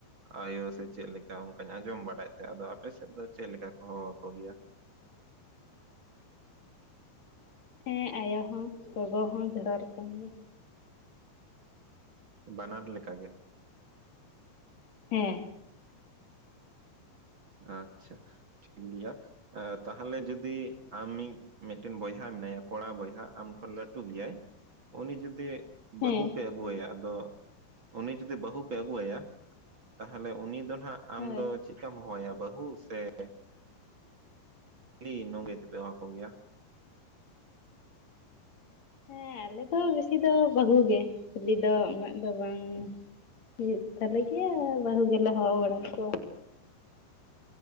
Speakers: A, on the right (about 65°); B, on the left (about 40°).
A: ᱟᱭᱳ ᱥᱮ ᱪᱮᱫᱞᱮᱠᱟ ᱚᱱᱠᱟᱧ ᱟᱸᱡᱚᱢ ᱵᱟᱰᱟᱭᱮᱫ ᱛᱟᱦᱮᱸᱫ ᱟᱫᱚ ᱟᱯᱮ ᱥᱮᱫ ᱫᱚ ᱪᱮᱫ ᱞᱮᱠᱟ ᱠᱚ ᱦᱚᱦᱚ ᱟᱠᱚ ᱜᱮᱭᱟ?
B: ᱦᱮᱸ ᱟᱭᱳ ᱦᱚᱸ ᱜᱚᱜᱚ ᱦᱚᱸ ᱡᱷᱚᱛᱚ ᱨᱚᱠᱚᱢ ᱜᱮ᱾
A: ᱵᱟᱱᱟᱨ ᱞᱮᱠᱟ ᱜᱮ?
B: ᱦᱮᱸ᱾
A: ᱟᱪᱪᱷᱟ ᱴᱷᱤᱠ ᱜᱮᱭᱟ, ᱛᱟᱦᱚᱞᱮ ᱡᱩᱫᱤ ᱟᱢᱤᱡ ᱢᱤᱫᱴᱮᱱ ᱵᱚᱭᱦᱟ ᱢᱮᱱᱟᱭᱟ ᱠᱚᱲᱟ ᱵᱚᱭᱦᱟ ᱟᱢ ᱠᱷᱚᱱ ᱞᱟᱹᱴᱩ ᱜᱮᱭᱟᱭ ᱩᱱᱤ ᱡᱩᱫᱤ
B: ᱦᱮᱸ
A: ᱵᱚᱦᱩ ᱯᱮ ᱟᱹᱜᱩᱣᱟᱭᱟ ᱟᱫᱚ ᱩᱱᱤ ᱡᱩᱫᱤ ᱵᱟᱹᱦᱩ ᱯᱮ ᱟᱹᱜᱩᱣᱟᱭᱟ, ᱛᱟᱦᱚᱞᱮ ᱩᱱᱤ ᱫᱚ ᱱᱟᱦᱸᱟᱜ ᱟᱢ
B: ᱦᱳᱭ
A: ᱫᱚ ᱪᱮᱫᱠᱟᱢ ᱦᱚᱦᱚᱣᱟᱭᱟ ᱵᱟᱹᱦᱩ ᱥᱮ ᱦᱤᱞᱤ <unintelligible> ᱛᱮᱯᱮ ᱦᱚᱦᱚ ᱟᱠᱚ ᱜᱮᱭᱟ?
B: ᱦᱮᱸ ᱟᱞᱮ ᱫᱚ ᱵᱮᱥᱤ ᱫᱚ ᱵᱟᱹᱦᱩ ᱜᱮ, ᱦᱤᱞᱤ ᱫᱚ ᱩᱱᱟᱹᱜ ᱫᱚ ᱵᱟᱝ᱾ ᱦᱩᱭᱩᱜ ᱛᱟᱞᱮ ᱜᱮᱭᱟ ᱵᱟᱦᱩ ᱜᱮᱞᱟ ᱦᱚᱦᱚ ᱵᱟᱲᱟ ᱟᱠᱚᱣᱟ᱾